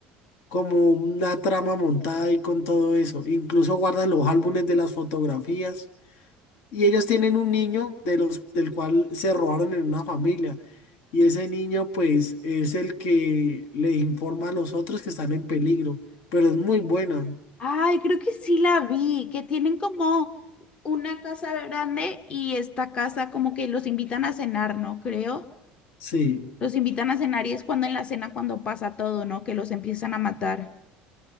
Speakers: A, on the left; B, on the left.
A: como una trama montada ahí con todo eso. Incluso guardan los álbumes de las fotografías y ellos tienen un niño de los, del cual se robaron en una familia. Y ese niño pues es el que le informa a los otros que están en peligro, pero es muy buena.
B: Ay, creo que sí la vi, que tienen como una casa grande y esta casa como que los invitan a cenar, ¿no? Creo.
A: Sí.
B: Los invitan a cenar y es cuando en la cena cuando pasa todo, ¿no? Que los empiezan a matar.